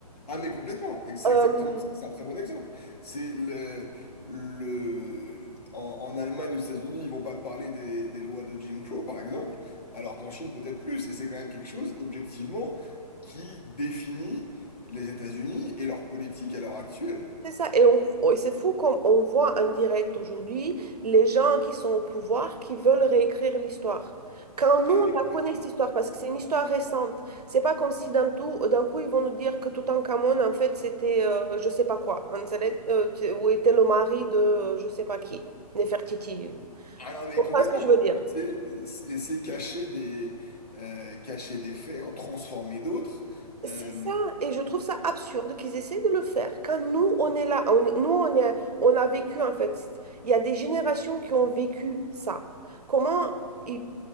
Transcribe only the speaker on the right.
Euh,
C'est ça, et on- on- et c'est fou comme on voit en direct aujourd'hui les gens qui sont au pouvoir qui veulent réécrire l'histoire. Quand nous,
on
la connaît cette histoire, parce que c'est une histoire récente, c'est pas comme si d'un tout, d'un coup, ils vont nous dire que Toutankhamon, en fait, c'était euh, je sais pas quoi, hein, ça l'est- euh, tu- ou était le mari de euh, je sais pas qui, Nefertiti. Tu
comprends
ce que je veux dire?
C'est
ça, et je trouve ça absurde qu'ils essaient de le faire. Quand nous, on est là, on est- nous, on est, on a vécu en fait. Il y a des générations qui ont vécu ça. Comment ils